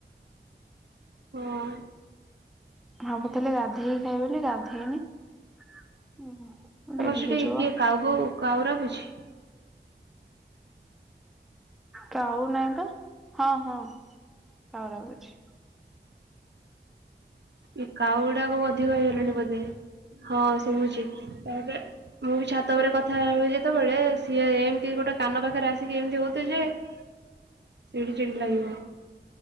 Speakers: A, on the right; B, in the centre.
A: ହଁ
B: ଭାବୁଥିଲି ଗାଧେଇକ ଖାଇ ବୋଲି ଗାଧେଇନି ଉଁ ହୁଁ
A: ତମର
B: ଡେରି
A: ସେଠି
B: ହେଇଯିବ
A: କିଏ କାଉ ବୋବୁ କାଉ ରା ବୁଛି।
B: କାଉ ନହିଁ ତ ହଁ ହଁ କାଉ ରାବୁଛି।
A: ଏ କାଉ ଗୁଡାକ ଅଧିକ ହେଇଗଲାଣି ବୋଧେ ହଁ ସବୁଛି ତାପରେ ମୁଁ ବି ଛାତ ଉପରେ କଥା ହୁଏ ଯେତେବେଳେ ସିଏ ଏମିତି ଗୋଟେ କାନ ପାଖରେ ଆସିକି ଏମିତି ହଉଥିବେ ଯେ ସେଇଠି ଚିଠ ଲାଗିବ